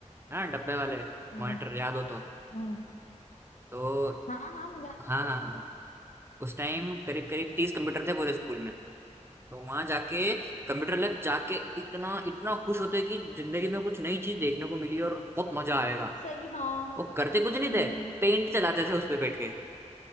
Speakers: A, on the right; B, on the left.
A: हाँ डब्बे वाले
B: हम्म
A: मॉनिटर याद हो तो
B: हम्म
A: तो
B: हाँ हाँ मैं याद
A: हाँ हाँ हाँ
B: है।
A: उस टाइम करीब करीब तीस कंप्यूटर थे पूरे स्कूल में तो वहां जाके कंप्यूटर लैब जाके इतना इतना खुश होते कि जिंदगी में कुछ नई चीज देखने को मिली और बहुत मजा आएगा
B: सही हाँ हाँ।
A: वो करते कुछ नहीं
B: हम्म
A: थे पेंट चलाते थे उस पे बैठ